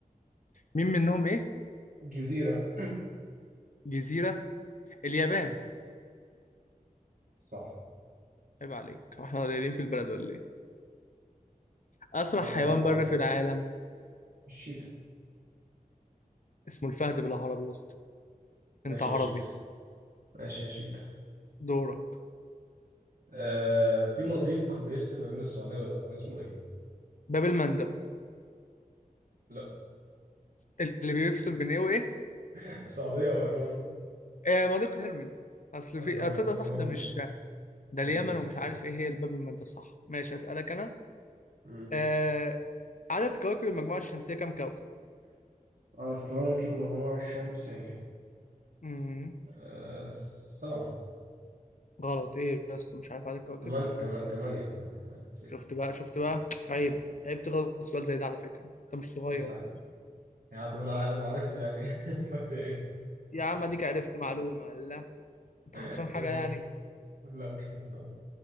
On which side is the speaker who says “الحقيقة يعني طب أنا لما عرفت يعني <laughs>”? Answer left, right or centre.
Right